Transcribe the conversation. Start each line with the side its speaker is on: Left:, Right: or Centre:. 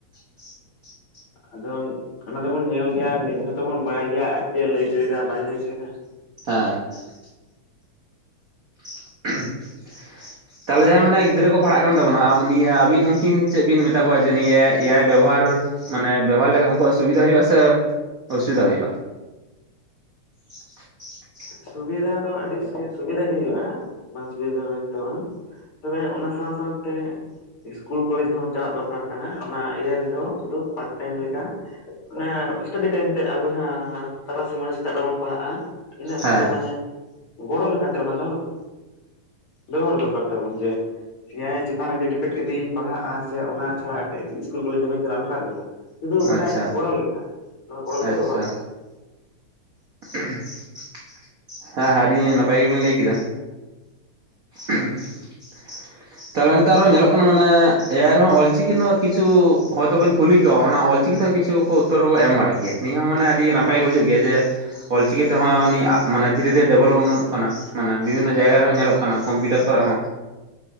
Right: <inaudible>
Left: ᱟᱫᱚ ᱚᱱᱟ ᱫᱚᱵᱚᱱ ᱧᱮᱞ ᱜᱮᱭᱟ ᱱᱤᱡᱮ ᱦᱚᱸᱛᱚ ᱵᱚᱱ ᱵᱟᱲᱟᱭ ᱜᱮᱭᱟ ᱪᱮᱫ ᱮ ᱞᱟᱹᱭ ᱦᱚᱪᱚᱭ ᱫᱟ ᱵᱟᱭ ᱞᱟᱹᱭ ᱦᱚᱪᱚᱭ ᱫᱟ᱾
Right: <unintelligible> <inaudible> ᱛᱟᱦᱞᱮ ᱡᱟᱸᱦᱟᱭ ᱢᱟᱱᱮ ᱜᱤᱫᱽᱨᱟᱹ ᱠᱚ ᱯᱟᱲᱦᱟᱜ ᱠᱟᱱ ᱛᱟᱵᱚ ᱱᱟ ᱱᱤᱭᱟᱹ ᱟᱵᱤᱱ ᱩᱱᱠᱤᱱ ᱪᱮᱫ ᱵᱤᱱ ᱢᱮᱛᱟ ᱠᱚᱣᱟ ᱡᱮ ᱱᱤᱭᱟᱹ ᱮᱭᱟᱭ ᱵᱮᱵᱚᱦᱟᱨ ᱢᱟᱱᱮ ᱵᱮᱵᱚᱦᱟᱨ ᱞᱮᱠᱷᱟᱡ ᱩᱱᱠᱩᱣᱟᱜ ᱥᱩᱵᱤᱫᱟ ᱦᱩᱭᱩᱜᱼᱟ ᱥᱮ ᱚ-ᱥᱩᱵᱤᱫᱟ ᱦᱩᱭᱩᱜᱼᱟ᱾ <inaudible>
Left: ᱥᱩᱵᱤᱫᱟ ᱫᱚ ᱟᱹᱰᱤ ᱥᱩᱵᱤᱫᱷᱟ ᱜᱮ ᱦᱩᱭᱩᱜᱼᱟ ᱵᱟᱝ ᱥᱩᱵᱤᱫᱟ ᱫᱚ ᱢᱮᱱ ᱛᱮ ᱫᱚ ᱵᱟᱝ᱾ ᱛᱚᱵᱮ ᱚᱱᱟ ᱥᱟᱶ ᱥᱟᱶ ᱛᱮ ᱤᱥᱠᱩᱞ ᱠᱚᱞᱮᱡᱽ ᱦᱚᱸ ᱪᱟᱞᱟᱜ ᱫᱚᱨᱠᱟᱨ ᱠᱟᱱᱟ ᱚᱱᱟ ᱮᱭᱟᱭ‌ ᱫᱚ ᱥᱩᱫᱩ ᱯᱟᱨᱴ ᱴᱟᱭᱤᱢ ᱞᱮᱠᱟ ᱚᱱᱟ ᱥᱴᱟᱰᱤ ᱴᱟᱭᱤᱢ ᱛᱮᱫ ᱟᱵᱚ ᱡᱟᱦᱟ ᱛᱟᱨᱟ ᱥᱤᱧ <unintelligible> <unintelligible> ᱵᱮᱲᱟ ᱵᱚᱱ ᱯᱟᱲᱦᱟᱜᱼᱟ ᱤᱱᱟᱹ ᱚᱠᱛᱚ
Right: ᱦᱮᱸ
Left: ᱢᱟᱱᱮ ᱜᱚᱲᱚ ᱞᱮᱠᱟᱛᱮ ᱚᱱᱟ ᱫᱚ ᱵᱮᱵᱚᱦᱟᱨ ᱫᱚᱨ ᱠᱟᱨ ᱛᱟᱵᱚᱱ ᱡᱮ ᱮᱭᱟᱭ ᱪᱮᱛᱟᱱ ᱨᱮᱜᱮ ᱰᱤᱯᱮᱱᱰ ᱠᱟᱛᱮᱫ ᱤᱧ ᱯᱟᱲᱦᱟᱜᱼᱟ ᱥᱮ ᱚᱱᱟ ᱪᱷᱟᱲᱟ ᱤᱥᱠᱩᱞ ᱠᱚᱞᱮᱡᱽ ᱫᱚ ᱵᱟᱹᱧ ᱪᱟᱞᱟᱜᱼᱟ ᱚᱱᱠᱟ ᱫᱚ ᱵᱟᱝ᱾ ᱥᱩᱫᱷᱩ <unintelligible>
Right: ᱟᱪᱪᱷᱟ
Left: ᱜᱚᱲᱚ ᱞᱮᱠᱟ ᱢᱟᱱᱮ ᱜᱚᱲᱚ ᱞᱮᱠᱟ
Right: ᱟᱪᱪᱷᱟ
Left: ᱵᱮᱵᱚᱦᱟᱨ ᱦᱩᱭᱩᱜᱼᱟ᱾
Right: ᱦᱮᱸ ᱦᱮᱸ ᱟᱹᱰᱤ ᱱᱟᱯᱟᱭ ᱜᱮ ᱵᱤᱱ ᱞᱟᱹᱭ ᱠᱮᱫᱟ᱾ <inaudible> ᱛᱟᱦᱞᱮ ᱱᱮᱛᱟᱨ ᱦᱚᱸ ᱧᱮᱞᱚᱜ ᱠᱟᱱᱟ ᱢᱟᱱᱮ ᱮᱭᱟᱭ ᱨᱮᱦᱚᱸ ᱚᱞ ᱪᱤᱠᱤ ᱨᱮᱱᱟᱜ ᱠᱤᱪᱷᱩ ᱦᱚᱭ ᱛᱚᱵᱮᱱ ᱠᱩᱞᱤ ᱠᱚᱣᱟ ᱚᱱᱟ ᱚᱞ ᱪᱤᱠᱤ ᱛᱮ ᱠᱤᱪᱷᱩ ᱩᱛᱚᱨ ᱠᱚ ᱮᱢ ᱵᱟᱲᱟᱜ ᱜᱮᱭᱟ ᱱᱤᱭᱟᱹ ᱦᱚᱸ ᱢᱟᱱᱮ ᱟᱹᱰᱤ ᱱᱟᱯᱟᱭ
Left: ᱦᱳᱭ
Right: ᱜᱮ ᱵᱩᱡᱷᱟᱹᱜ ᱜᱮᱭᱟ ᱡᱮ ᱚᱞᱪᱤᱠᱤ ᱛᱮᱦᱚᱸ ᱩᱱᱤ ᱢᱟᱱᱮ ᱫᱷᱤᱨᱮ ᱫᱷᱤᱨᱮ ᱰᱮᱵᱷᱞᱚᱯ ᱮᱢᱟᱱ ᱚᱜ ᱠᱟᱱᱟ᱾ ᱢᱟᱱᱮ ᱵᱤᱵᱷᱤᱱᱚ ᱡᱟᱭᱜᱟ ᱨᱮ ᱦᱚᱸ ᱧᱮᱞᱚᱜ ᱠᱟᱱᱟ ᱠᱚᱢᱯᱤᱭᱩᱴᱟᱨ ᱠᱚᱨᱮ ᱦᱚᱸ